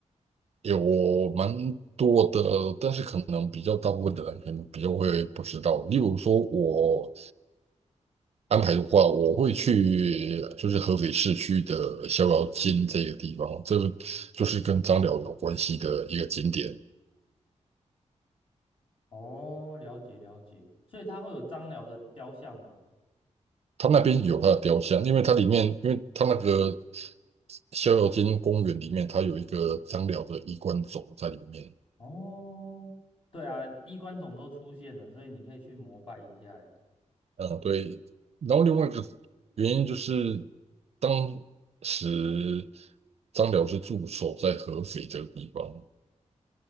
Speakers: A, on the right (about 60°); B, on the left (about 45°).
A: 有蛮多的，但是可能比较大部分的人可能比较会不知道。例如说，我安排的话，我会去就是合肥市区的逍遥津这个地方，这个就是跟张辽有关系的一个景点。
B: 哦，了解了解，所以他会有张辽的雕像吗？
A: 它那边有它的雕像，因为它里面，因为它那个逍遥津公园里面，它有一个张辽的衣冠冢在里面。
B: 哦，对啊，衣冠冢都出现了，所以你可以去膜拜一下欸。
A: 嗯，对。然后另外一个原因就是，当时张辽是驻守在合肥这个地方，